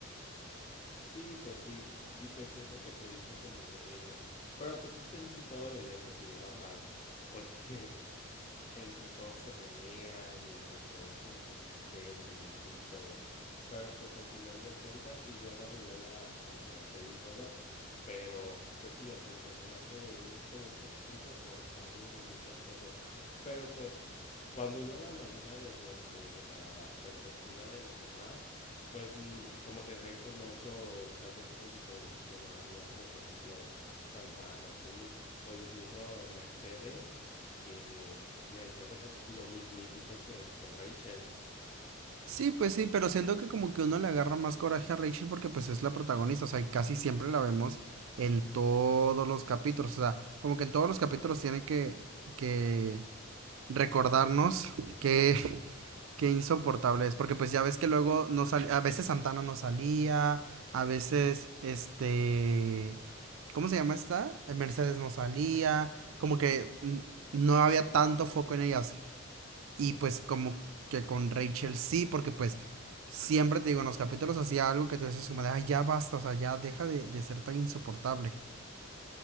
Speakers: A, on the left; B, on the right.
A: Sí, pues sí, y pues sí es lo que se dice como de ella. Pero pues es que en sí todo el elenco se lleva mal, porque entre todos se pelean y entre todos como que dicen y, y todo. Pero pues al final de cuentas, pues yo agarro y veo la, como que la serie y todo. Pero pues sí, o sea, el personaje de ella es como un poquito insoportable en muchas cosas. Pero pues cuando uno lo analiza desde, ot- desde la perspectiva de los demás, pues mm, como que Rachel no ha hecho tantas cosas diferentes que no haría, como por ejemplo Santana o Queen, o incluso Mercedes, que Mercedes es lo mismitito que, que Rachel.
B: Sí, pues sí, pero siento que como que uno le agarra más coraje a Rachel porque pues es la protagonista, o sea, y casi siempre la vemos en todos los capítulos, o sea, como que en todos los capítulos tiene que, que recordarnos que, Qué insoportable es, porque pues ya ves que luego no salía, a veces Santana no salía, a veces este, ¿cómo se llama esta? Eh, Mercedes no salía, como que mm, no había tanto foco en ellas y pues como que con Rachel sí, porque pues siempre te digo, en los capítulos hacía algo que tú dices como de, ay, ya basta, o sea, ya deja de, de ser tan insoportable.